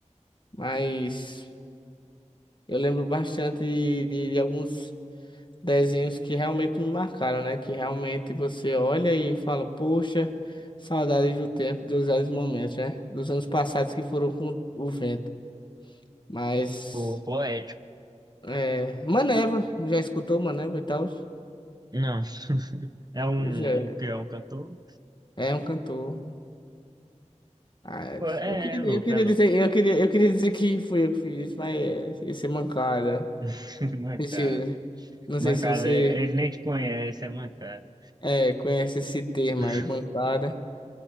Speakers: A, on the left (about 40°); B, on the right (about 30°).
A: Mas eu lembro bastante de, de de alguns. desenhos que realmente me marcaram, né? Que realmente você olha e fala, poxa, saudade do tempo, dos velhos momentos, né? Dos anos passados que foram com o vento. Mas,
B: O poético.
A: é, Maneva, já escutou Maneva e tal?
B: Não, é um,
A: Pois é,
B: o que é um cantor?
A: é um cantor. Ah, é.
B: Pô, É,
A: eu queria,
B: é louco,
A: eu queria
B: é louco.
A: dizer, eu queria, eu queria dizer que fui eu que fiz isso, mas é, ia ser mancada.
B: <laughs> Mancada.
A: Esse- não
B: Mancada,
A: sei se você
B: é- ele nem te conhece, é mancada.
A: é, conhece esse termo
B: <laughs>
A: aí, bancada.